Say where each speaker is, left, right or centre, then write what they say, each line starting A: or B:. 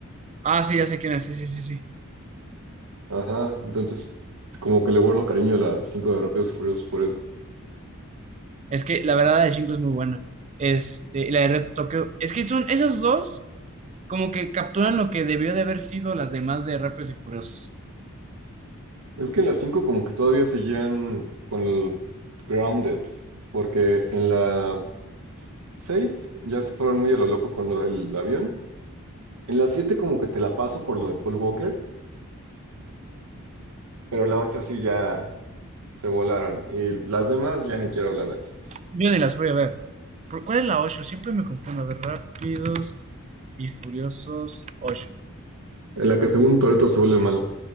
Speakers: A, on the right (about 30°); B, on the right (about 80°).
A: Ah, sí, ya sé quién es. Sí, sí, sí, sí.
B: Ajá, entonces como que le guardo cariño a la 5 de Rápidos y Furiosos por eso.
A: Es que la verdad la de cinco es muy buena. Este, y la de Reto Tokio. Es que son esas dos como que capturan lo que debió de haber sido las demás de Rápidos y Furiosos.
B: Es que en la 5 como que todavía seguían con el Grounded, porque en la 6 ya se fueron muy a lo loco con lo del avión. En la 7 como que te la paso por lo de Paul Walker, pero la 8 sí ya... se volaron. Y las demás ya ni quiero hablar de esas.
A: Yo ni las voy a ver. ¿Por- ¿Cuál es la 8? Siempre me confundo. A ver, Rápidos y Furiosos 8.
B: En la que según Toretto se vuelve malo.